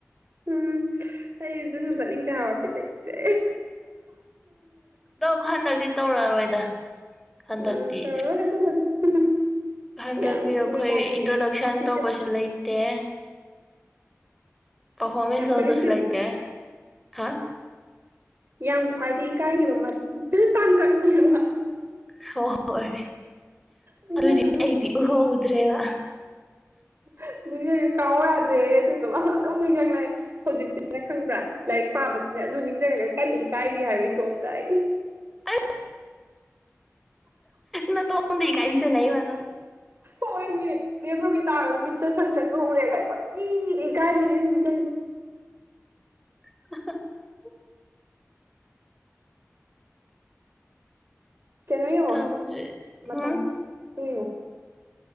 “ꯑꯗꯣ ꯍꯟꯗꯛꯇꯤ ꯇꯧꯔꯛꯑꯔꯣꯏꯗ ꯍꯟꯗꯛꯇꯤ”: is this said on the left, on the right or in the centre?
Centre